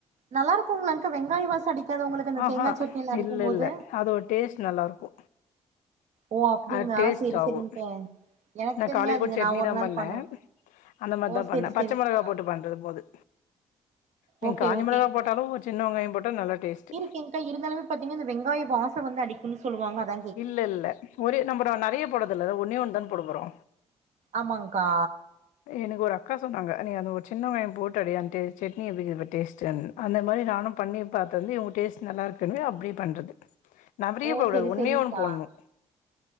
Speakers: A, on the right; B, on the left.
A: நல்லா இருக்கு மில்லங்கா வெங்காயா வாசோ அடிக்காதா உங்களுக்கு அந்த
B: ஆஹா
A: தேங்கா சட்னில அரைக்கும்
B: இல்ல
A: போது
B: இல்ல அது ஒரு டேஸ்ட் நல்லா இருக்கு
A: ஓ அப்டிங்ளா
B: அடேஸ்ட்
A: செரி
B: ஆவோ
A: செரிங்க்கா எனக்கு
B: நா
A: தெரியாது
B: காலைல கூட
A: இது
B: சட்னி
A: நா ஒரு
B: தா
A: நாள்
B: பண்ண
A: பண்ணுவ
B: அந்த மாரிதா
A: ஓ செரி
B: பண்ண
A: செரிங்க்கா
B: பச்சை மிளகா போட்டு பண்றது போது நீங்க
A: ஓகே
B: காஞ்ச
A: ஓகேங்க்கா
B: மிளகா போட்டாலு சின்ன வெங்காயு போட்டா நல்ல டேஸ்டு
A: ஏன்ட இருந்தாலுமே பாத்தீங் இந்த வெங்காயம் வாசம் வந்து அடிக்குன் சொல்லுவாங்க அத
B: இல்லல்ல ஒரே நம்ரோ நறைய போடதில்லல ஒன்னே ஒண்ணு தான போட போறோ
A: ஆமாங்கா
B: எனக்கு ஒரு அக்கா சொன்னாங்க நீ அந்த ஒரு சின்ன வெங்காயே போட்ட அடிய டேஸ்ட் சட்னி எப்டிக்கிது பார் டேஸ்ட் அந்த மாரி நானும் பண்ணி பாத்ததி இவங் டேஸ்ட் நல்லா இருக்குனவே அப்டியே பண்றது நவ்ரியே
A: ஓ
B: போடகுடாத்
A: செரி
B: ஒன்னே
A: செரிங்க்கா
B: ஒண் போட்ணு